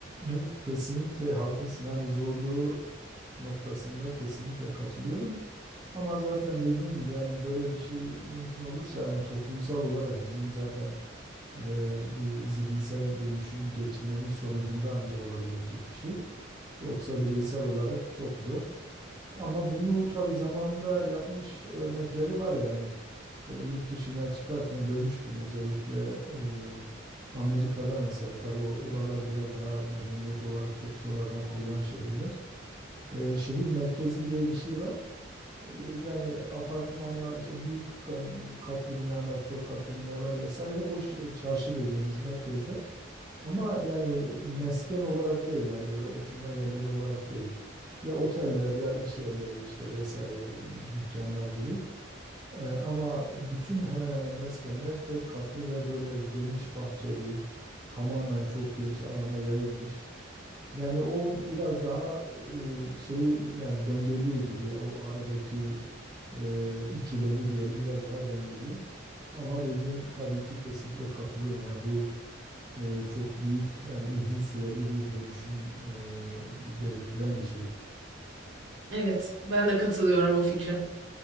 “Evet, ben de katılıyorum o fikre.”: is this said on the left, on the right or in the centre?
Right